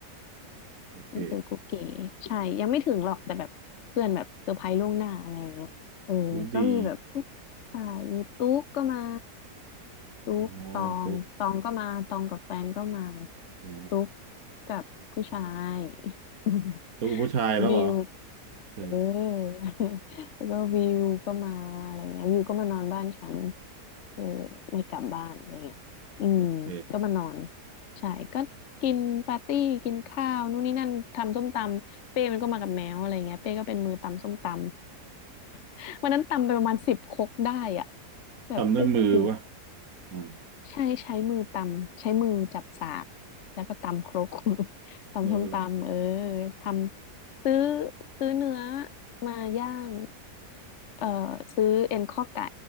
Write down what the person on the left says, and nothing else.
เออกุ๊กเก๋ใช่ยังไม่ถึงหรอกแต่แบบเพื่อนแบบเซอร์ไพรส์ล่วงหน้าอะไรอย่างเงี้ยเออก็มีแบบพวกใช่มีตุ๊กก็มา
ตุ๊กตองตองก็มาตองกับแฟนก็มา
ตุ๊กกับผู้ชาย <laughs>
วิว
เออ <laughs> แล้วก็วิวก็มาอะไรเงี้ยวิวก็มานอนบ้านฉันคือไม่กลับบ้านอะไรเงี้ยอืม
ก็มานอนใช่ก็กินปาร์ตี้กินข้าวนู่นนี่นั่นทำส้มตำเป้มันก็มากับแมวอะไรเงี้ยเป้ก็เป็นมือตำส้มตำ <laughs> วันนั้นตำไปประมาณสิบครกได้อ่ะแบบโอ้โห
ใช่ใช้มือตำใช้มือจับสากแล้วก็ตำครก <laughs> ตำส้มตำเออ
ทำซื้อซื้อเนื้อมาย่างเอ่อซื้อเอ็นข้อไก่